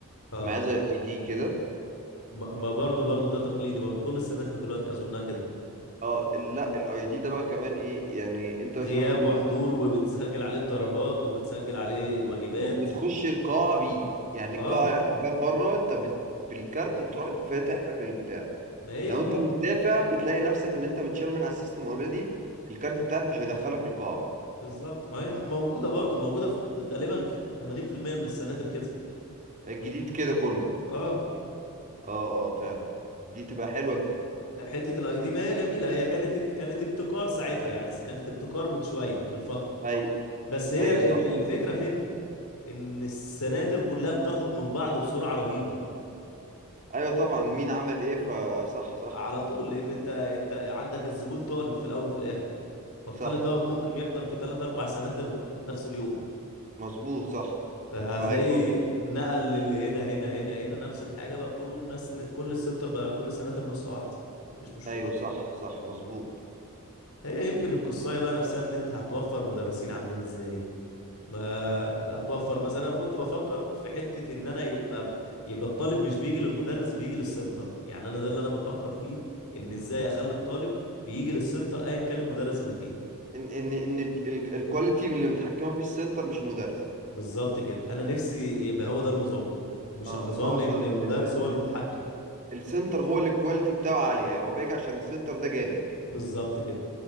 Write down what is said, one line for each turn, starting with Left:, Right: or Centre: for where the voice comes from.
Left: اه
Right: معاه زي اي دي كده
Left: ما ما برضو برضو ده تقليدي برضو كل السناتر دلوقتي اظنها كده
Right: اه لا الاي دي ده بقى كمان ايه يعني انت
Left: غياب
Right: مثلا
Left: وحضور وبتسجل عليه الدرجات وبتسجل عليه الواجبات
Right: وبتخش القاعه بيه يعني
Left: اه
Right: القاعه الباب بره انت بت... بالكارت بتروح فاتح لك البتاع
Left: ما هي
Right: لو
Left: اه
Right: انت مش
Left: اه
Right: دافع بتلاقي نفسك ان انت متشال من على السيستم اوريدي الكارت بتاعك مش هيدخلك القاعه
Left: بالظبط ما هي موجودة برضو موجودة في غالبا في 80% من السناتر كده
Right: الجديد كده كله
Left: اه
Right: اه اه فعلا دي تبقى حلوه جدا
Left: فحتة الاي دي ما هي جميلة هي كانت كانت ابتكار ساعتها يعني كانت ابتكار من شوية من فترة
Right: اي
Left: بس هي
Right: ايوه
Left: ال- ال-
Right: صح
Left: الفكرة فين ان السناتر كلها بتاخد من بعض بسرعة رهيبة
Right: ايوه طبعا مين عمل ايه فصح صح
Left: على طول لان انت انت عندك الزبون طالب في الاول وفي الاخر فالطالب
Right: صح
Left: دوت ممكن يحضر في ثلاث اربع سناتر في نفس اليوم
Right: مظبوط صح
Left: فهتلاقيه
Right: فهيقارن
Left: نقل للي هنا هنا هنا هنا نفس الحاجه بقى كله ناس كل السنتر بقى كل السناتر نسخه واحده مفيش مشكله
Right: ايوه صح صح مظبوط
Left: هي يمكن القصايه بقى نفسها ان انت هتوفر مدرسين عاملين ازاي ما هتوفر مثلا انا كنت بفكر في حته ان انا يبقى يبقى الطالب مش بيجي للمدرس بيجي للسنتر يعني انا ده اللي انا بفكر فيه ان ازاي اخلي الطالب بيجي للسنتر ايا كان المدرس اللي فيه
Right: ان ان ان ال- ال- الكواليتي اللي متحكمه فيه السنتر مش المدرس
Left: بالظبط كده انا نفسي يبقى هو ده النظام مش
Right: اه
Left: النظام
Right: ان هو اصلا
Left: ان
Right: ال
Left: المدرس
Right: ال
Left: هو المتحكم
Right: ال السنتر هو اللي الكواليتي بتاعه عاليه هو بيجي عشان السنتر ده جامد
Left: بالظبط كده